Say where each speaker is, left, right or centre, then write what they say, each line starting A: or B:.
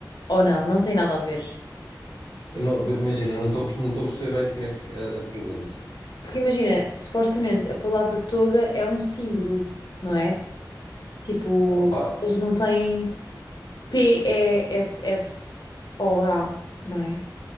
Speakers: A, on the left; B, on the left.
A: ou não, não tem nada a ver.
B: Eu não- imagina, eu não estou, não estou a perceber bem como é que a, a pergunta.
A: Porque imagina, supostamente a palavra toda é um símbolo, não é? Tipo,
B: Opa,
A: eles não têm P-E-S-S-O-A, não é?